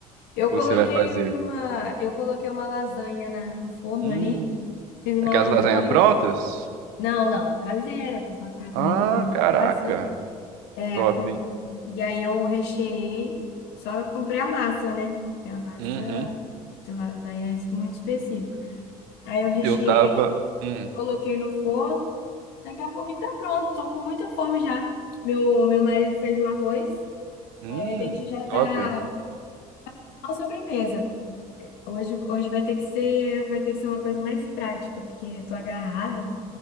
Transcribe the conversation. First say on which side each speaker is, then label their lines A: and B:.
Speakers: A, on the left; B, on the right.
A: Eu
B: Ou
A: coloquei
B: você vai fazer?
A: uma, eu coloquei uma lasanha na- no forno
B: Hum,
A: ali. Fiz uma
B: aquelas
A: lasanha.
B: lasanhas prontas?
A: Não, não, caseira. Fiz uma ca-
B: Ah,
A: uma lasanha
B: caraca.
A: caseira. É,
B: Top,
A: com,
B: hein?
A: e aí eu recheei. Só eu comprei a massa, né? Que a massa
B: Uhum.
A: de lasanha é muito específica. Aí eu recheei
B: Eu tava.
A: aqui,
B: Hum,
A: coloquei no forno. Daqui a pouquinho tá pronto. Tô com muita fome já. Meu, meu marido fez o arroz.
B: hum,
A: Aí a gente já tá
B: top.
A: A sobremesa. Hoje, hoje vai ter que ser, vai ter que ser uma coisa mais prática, porque eu tô agarrada.